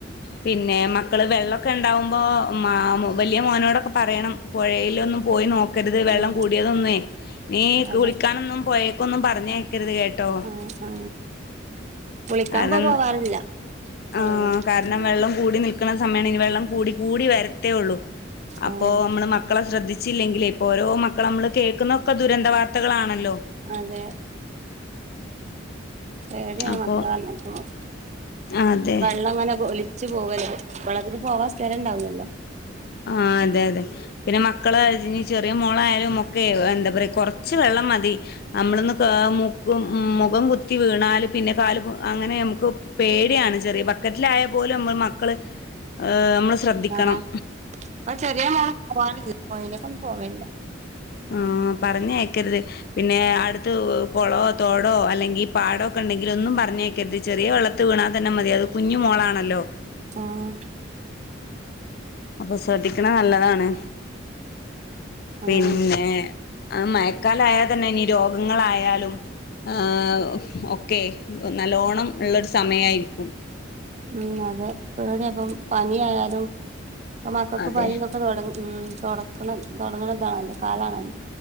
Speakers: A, on the left; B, on the right.
A: പിന്നെ മക്കള് വെള്ളൊക്കെ ഇണ്ടാവുമ്പോ മാ വെല്യമോനോടൊക്കെ പറയണം. പുഴയിലൊന്നും പോയി ന്നൊക്ക- ക്കരുത് വെള്ളം
B: ഉം
A: കൂടിയതൊന്നേ നീ
B: അതെ
A: കുളിക്കാനൊന്നും പോയേക്കൊന്നും പറഞ്ഞയക്കരുത് കേട്ടോ.
B: അ ആ കുളിക്കാൻ
A: അതെന്താ
B: ഇപ്പൊ പോവാറില്ല പോയത്
A: ആഹ് കാരണം
B: ഉം
A: വെള്ളം. കൂടി നിൽക്കണ സമയാണ് ഇനി വെള്ളം കൂടി കൂടി വരത്തേ ഒള്ളൂ അപ്പോ
B: ആഹ്
A: നമ്മള് മക്കളെ ശ്രദ്ധിച്- ച്ചില്ലെങ്കിലേ ഇപ്പോ ഓരോ മക്കളമ്മള് കേൾക്കുന്നൊക്കെ ദുരന്ത വാർത്തകളാണല്ലോ.
B: അതെ പേടിയാണ്
A: അപ്പൊ
B: മക്കളെ പറഞ്ഞയക്കുമ്പോ
A: അതെ
B: വെള്ളംങ്ങനെ ഒലി- ച്ച് പോവലത് വളള ത്തിന് പോവാൻ സ്ഥലം ഇണ്ടാവുല്ലല്ലോ.
A: ആ അതെ അതെ. പിന്നെ മക്കളെ ഇജ് ചെറിയ മോളായാലും ഒക്കെ എന്താ പറയാ കൊറച്ച് വെള്ളം മതി. നമ്മളൊന്ന് കാ മുക്- ക്കും മുഖം കുത്തി വീണാല് പിനെ കാല് പൊ അങ്ങനെ നമുക്ക് പേടിയാണ് ചെറിയ- ബക്കറ്റിലായ പോലും നമ്മള് മക്കള്. ഏ നമ്മള്- ശ്രദ്ധിക്കണം
B: ആഹ് അത് ചെറിയ മോള് പോവാറ് പോയേലെക്കൊന്നും പോവലില്ല.
A: ഉം പറഞ്ഞയക്കരുത് പിന്നെ അട്ത്തു- കൊളവോ തോടോ അല്ലെങ്കി പാടൊക്കെ ഇണ്ടെങ്കിലൊന്നും പറഞ്ഞയ്ക്കരുത് ചെറിയ വെള്ളത്തി വീണാ തന്നെ മതി അത്. കുഞ്ഞ്മോളാണല്ലോ.
B: ആഹ്
A: അപ്പൊ ശ്രദ്ധിക്കണത് നല്ലതാണ്.
B: ആഹ്
A: പിന്നെ അത് മയക്കാലായാ തന്നെ ഇനി രോഗങ്ങളായാലും. ഏ ഹ് ഒക്കെ നല്ലോണം ഇള്ളൊരു സമയായിരിക്കും.
B: ഉം അതെ പ്പേവിടെപ്പം പനി ആയാലും ഇപ്പ മക്കക്ക്‌
A: അതെ
B: പനിയും ഇപ്പതുടക്കണ മ് തുടങ്ങണതാണല്ല കാലാണല്ലോ